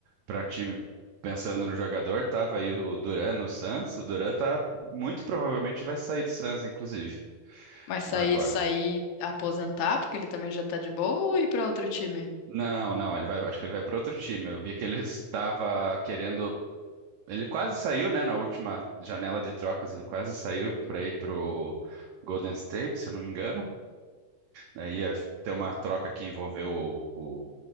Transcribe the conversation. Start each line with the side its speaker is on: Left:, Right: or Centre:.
Right: para time pensando no jogador, tava aí o Duran no Suns. O Duran tá muito provavelmente vai sair do Suns, inclusive,
Left: Mas sair,
Right: agora.
Left: sair, aposentar, porque ele também já tá de boa, ou ir pra outro time?
Right: Não, não, ele vai, acho que ele vai para outro time. Eu vi que ele estava querendo, ele quase saiu, né, na última janela de trocas, ele quase saiu para ir pro Golden State, se eu não me engano. Aí ia ter uma troca que envolveu o, o